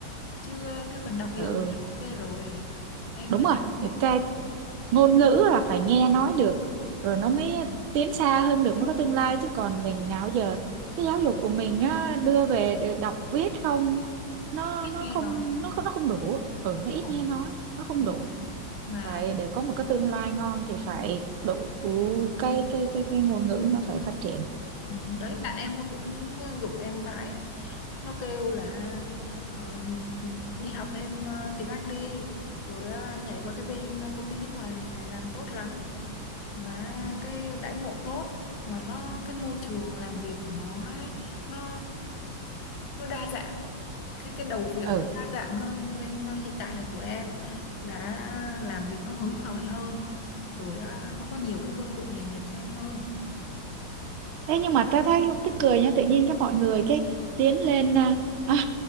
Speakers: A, on the left; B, on the right.
A: chứ ờ, cái phần đọc hiểu
B: ừ,
A: thì đã ok rồi em
B: đúng
A: là
B: rồi. Người
A: đúng
B: ta ngôn ngữ là phải nghe nói được rồi nó mới tiến xa hơn được mới có tương lai chứ còn mình nào giờ cái giáo dục của mình á, đưa về để đọc viết không nó
A: ít
B: nó
A: nghe
B: không
A: nói
B: nó không nó không đủ ừ nó ít
A: đúng
B: nghe nói nó không
A: Ừ.
B: đủ
A: mà
B: phải để có một cái tương lai ngon thì phải đủ cái cái cái, cái ngôn ngữ nó phải phát triển
A: ừ, đấy bạn em nó cũng giục em mãi ấy. nó kêu là ờ, đi học thêm ờ, tiếng Anh đi rồi ờ, nhảy qua cái bên công ty nước ngoài này này làm tốt lắm mà cái đãi ngộ tốt mà nó cái môi trường làm việc của nó ấy, nó nó đa dạng cái cái đầu việc
B: ừ
A: nó đa dạng hơn bên uh, hiện tại này của em là làm việc nó hứng khởi hơn rồi uh, nó có nhiều cái cơ hội nghề nghiệp cho em hơn
B: Thế nhưng mà ta thấy cũng tức cười nha tự nhiên cái mọi người cái tiến lên à, <laughs>